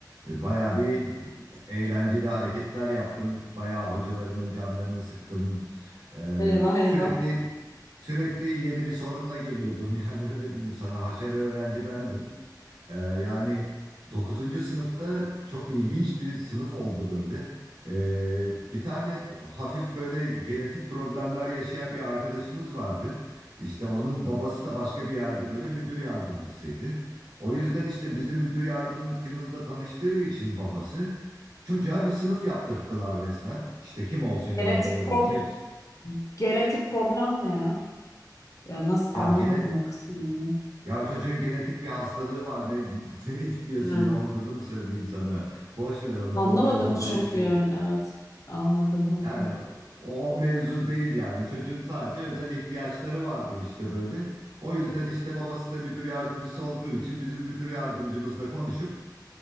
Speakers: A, on the right; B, on the left.
A: Ve bayağı bir eğlenceli hareketler yaptım. Bayağı hocalarımın canlarını sıktım. Ee,
B: Eyvah
A: sürekli
B: eyvah.
A: sürekli yeni bir sorunla geliyordum. <laughs> Yani öyle diyeyim sana. Haşere öğrenci bendim. Ee, yani dokuzuncu sınıfta çok ilginç bir sınıf oldu böyle. Ee, bir tane hafif böyle genetik problemler yaşayan bir arkadaşımız vardı. İşte onun babası da başka bir yerde böyle müdür yardımcısıydı. O yüzden işte bizim müdür yardımcımızla tanıştığı için babası çocuğa bir sınıf yaptırttılar resmen. İşte kim olsun yanında
B: Genetik
A: oğlum
B: pro-
A: seç.
B: genetik problem ne ya? Ya nasıl
A: Ya
B: anlamadım
A: gene
B: o kısmı yani.
A: Ya çocuğun genetik bir hastalığı var. Ne, <laughs> ne istiyorsun?
B: Hı.
A: Ne olduğunu mu söyleyeyim sana? Boş ver onu.
B: Anlamadım
A: O mevzu
B: çünkü
A: bahis değil.
B: yani evet. Anladım okey.
A: Yani o, o mevzu değil yani. Çocuğun sadece özel ihtiyaçları vardı işte böyle. O yüzden işte babası da müdür yardımcısı olduğu için bizim müdür yardımcımızla konuşup